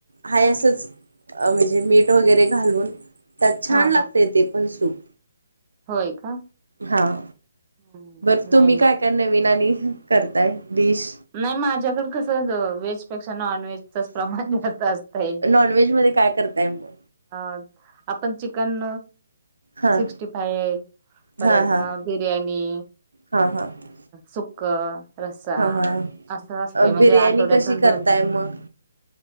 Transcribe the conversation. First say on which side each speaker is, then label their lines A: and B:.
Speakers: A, on the right (about 75°); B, on the right (about 30°).
A: हाय असंच म्हणजे मीठ वगैरे घालून. त्यात छान
B: हा
A: लागतंय
B: हा
A: ते पण सूप.
B: होय का?
A: हा
B: हं.
A: बरं तुम्ही
B: नाही नाही
A: काय काय नवीन आणि करताय डिश
B: नाही माझ्याकडं कसं व्हेज. पेक्षा नॉन व्हेजच प्रमाण असतयं.
A: नॉनव्हेज मध्ये काय करताय मग
B: अ आपण चिकन.
A: हां
B: सिक्टी फाय परत
A: हां हां
B: न बिर्याणी,
A: हां हां
B: सुकं. रस्सा
A: हां हां
B: असं असतय म्हणजे
A: बिर्याणी
B: आठवड्यातून
A: कशी करताय
B: दोन तीन
A: मग